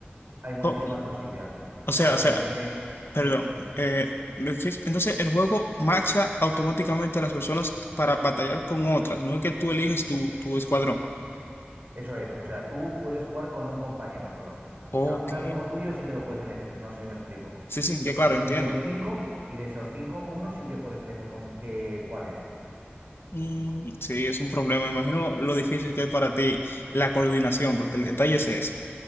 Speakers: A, on the right; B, on the left.
A: hay muchísima
B: O,
A: toxicidad.
B: o
A: O sea,
B: sea,
A: la
B: o
A: gente,
B: sea, Perdón.
A: dime,
B: eh, me decís- entonces, el juego macha automáticamente a las personas para batallar con otras. No es que tú eliges tu, tu escuadrón.
A: eso es. O sea, tú puedes jugar con un compañero solo. O
B: Ok.
A: sea, un amigo tuyo sí que lo puedes elegir, no sé si me explico.
B: Sí, sí, ya
A: Es
B: claro,
A: un
B: entiendo.
A: equipo de cinco y de esos cinco, uno sí que puedes elegir con eh, cuáles.
B: Mm, sí, es un problema. Me Imagino lo difícil que es para ti la coordinación, porque el detalle es ese.